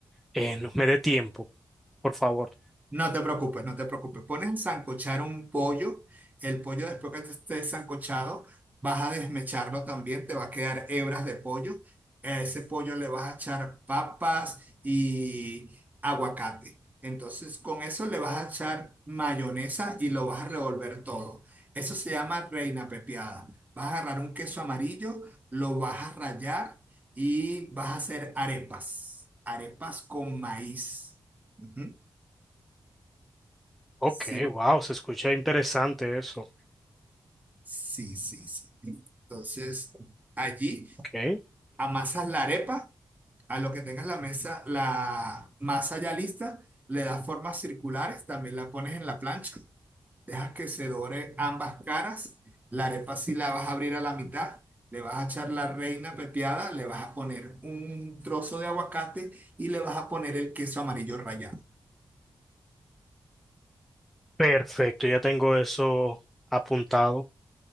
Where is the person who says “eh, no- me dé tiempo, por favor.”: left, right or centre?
Centre